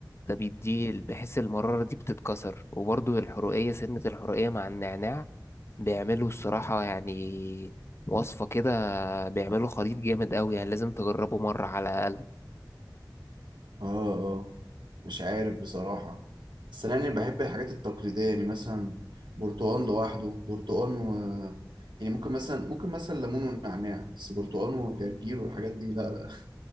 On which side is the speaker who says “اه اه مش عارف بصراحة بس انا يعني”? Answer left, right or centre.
Right